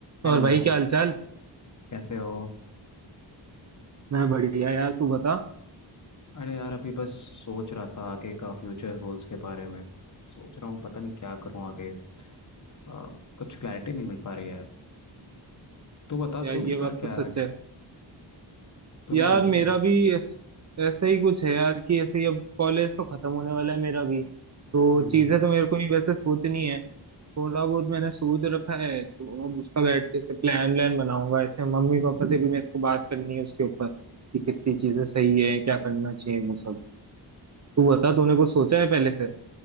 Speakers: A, on the left; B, on the right.
A: Hello
B: और भाई क्या हालचाल
A: कैसे हो
B: मैं बढ़िया यार तू बता
A: अरे यार अभी बस सोच रहा था आगे का फ्यूचर गोल्स के बारे में सोच रहा हूँ पता नहीं क्या करूँ आगे आ, कुछ क्लैरिटी नहीं मिल पा रही है तू बता तू
B: यार ये
A: अभी
B: बात
A: कर क्या
B: तो सच
A: रहा है
B: है
A: तूने
B: यार
A: सोचा
B: मेरा
A: है
B: भी ऐस, ऐसा ही कुछ है यार कि ऐसे ही अब कॉलेज तो खत्म होने वाला है मेरा भी तो
A: हम्म
B: चीजें तो मेरे को भी वैसे सोचनी है थोड़ा बहुत मैंने सोच रखा है तो अब उसका बैठ के ऐसे प्लान व्लान बनाऊंगा ऐसे मम्मी पापा से भी मेरे को बात करनी है उसके ऊपर कि कितनी चीजें सही है क्या करना चाहिए वो सब तू बता तूने कुछ सोचा है पहले से